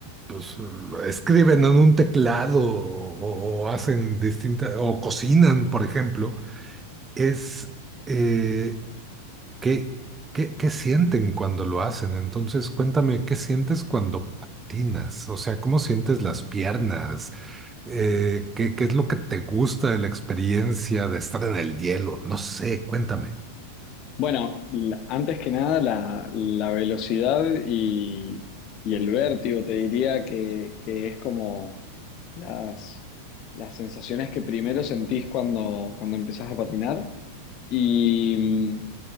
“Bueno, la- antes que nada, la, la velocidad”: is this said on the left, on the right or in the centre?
Left